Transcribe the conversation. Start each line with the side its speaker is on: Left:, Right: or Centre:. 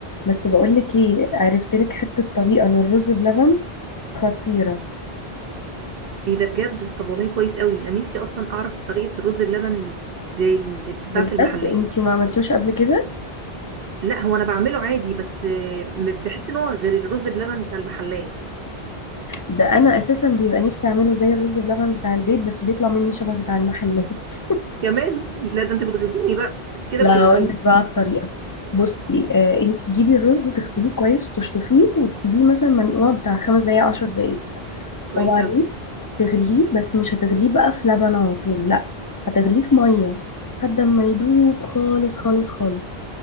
Left: بس بقولك ايه عرفت لك حتة طريقة للرز بلبن خطيرة
Right: ايه ده بجد طب والله كويس قوي انا نفسي اصلا اعرف طريقه الرز بلبن زي اللي بتتباع
Left: بجد
Right: في المحلات
Left: انتي ما عملتوش قبل كده
Right: لا هو انا بعمله عادي بس آه، م- بحس ان هو غير الرز بلبن بتاع المحلات
Left: ده انا اساسا بيبقى نفسي اعمله زي الرز بلبن بتاع البيت بس بيطلع مني شبه بتاع المحلات
Right: كمان لا ده انت بتغيظيني بقى
Left: <laughs>
Right: انت كده
Left: لا
Right: بتغيظيني
Left: اقول لك بقى الطريقة بصي آه انتي تجيبي الرز تغسليه كويس وتشطفيه وتسيبيه مثلا منقوع بتاع خمس دقايق عشر دقايق
Right: كويس
Left: وبعدين
Right: قوي
Left: تغليه بس مش هتغليه بقى في لبن على طول لا هتغليه في ميه لحد ما يدوب خالص خالص خالص